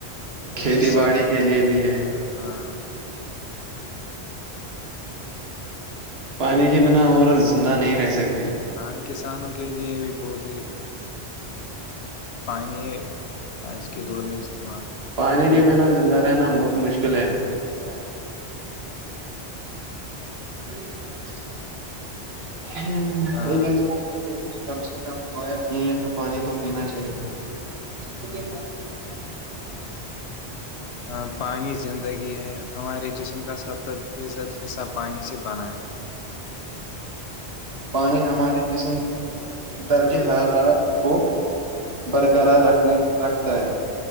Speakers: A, on the left; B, on the right.
A: اور
B: کھیتی
A: جو سب
B: باڑی کے لیے بھی ہے
A: ہاں
B: پانی کے بنا اور زندہ نہیں رہ سکتے
A: ہاں کسانوں کے لیے بھی بہت ہی پانی ہے آج کے دور میں استعمال
B: پانی
A: کیوں
B: کے بنا زندہ رہنا مت مشکل ہے ہاں ہم ہماری کے
A: ہاں
B: ایک انسان کو دن میں کم سے کم دو یا تین لیٹر پانی تو پینا چاہیے ٹھیک
A: ہاں
B: ہے ت توک
A: ہاں پانی زندگی ہے ہمارے جسم کا ستر فیصد حصہ پانی سے بنا ہے
B: پانی ہمارے جسم درجہ حرارت کو برقرارکھ رکھتا ہے